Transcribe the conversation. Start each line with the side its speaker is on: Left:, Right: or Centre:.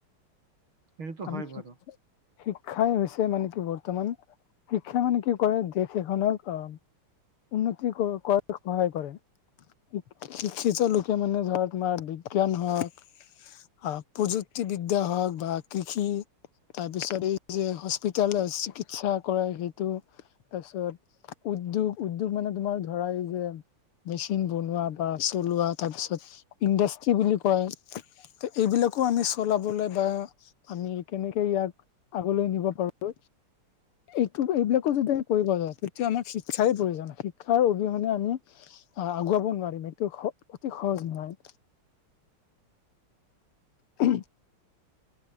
Right: সেইটোতো
Left: আমি
Right: হয় বাৰু
Left: <unintelligible> শিক্ষাই হৈছে মানে কি বৰ্তমান শিক্ষা মানে কি কৰে? দেশ এখনক অ' উন্নতি কৰ‌, কৰাত‌ সহায় কৰে। শিক -শিক্ষিত লোকে মানে ধৰক তোমাৰ বিজ্ঞান হওক হ, প্ৰযুক্তিবিদ্যা হওক বা কৃষি তাৰপিছত এই যে হস্পিতালত চিকিৎসা কৰাই সেইটো তাৰপিছত উদ্যোগ- উদ্যোগ মানে তোমাৰ ধৰা এই যে মেচিন বনোৱা বা চলোৱা তাৰ পিছত ইণ্ডাষ্ট্ৰি বুলি কয়। ত এইবিলাকো আমি চলাবলৈ বা আমি কেনেকে ইয়াক, আগলৈ নিব পাৰো। এইটো এইবিলাকো যদি আমি কৰিব যাওঁ তেতিয়া আমাক শিক্ষাই প্ৰয়োজন হয়, শিক্ষাৰ অবিহনে আমি আহ আগুৱাব নোৱাৰিম এইটো হ অতি সহজ নহয়। উহু।